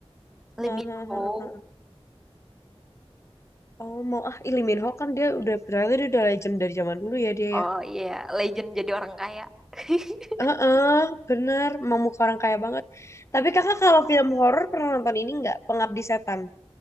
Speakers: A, in the centre; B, on the left.
A: Lee
B: Heeh,
A: Min
B: heeh,
A: Ho.
B: heeh. Oh, mau ah Lee Min Ho kan dia udah berarti dia udah legend dari zaman dulu ya dia
A: Oh
B: ya.
A: iya, legend jadi orang kaya. <laughs>
B: Heeh, benar, mau muka orang kaya banget. Tapi kakak kalau film horor pernah nonton ini nggak? Pengabdi Setan.